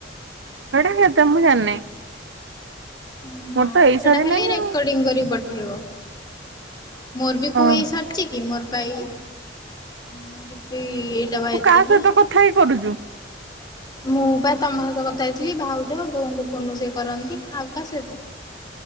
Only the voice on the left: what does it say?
ଉଁ
ହଁ
ସେଟା
ଖାଲି
ରେକଡ଼ିଙ୍ଗ୍
କରି ପ ଠେଇବ ମୋର୍ ବି
କୋଉ ଏଇ ସାରିଛି କି। କି ମୋର ତାଇ ମୋର ବି ଏଇଟା ବା
ଏତିକି।
ମୁଁ ବା ତମ ସହିତ କଥା ହେଇଥିଲି ଭାଉଜ ବୋଉଙ୍କୁ ଫୋନ୍ ରୁ ସେ କରନ୍ତି ଆଉ କା ସହିତ।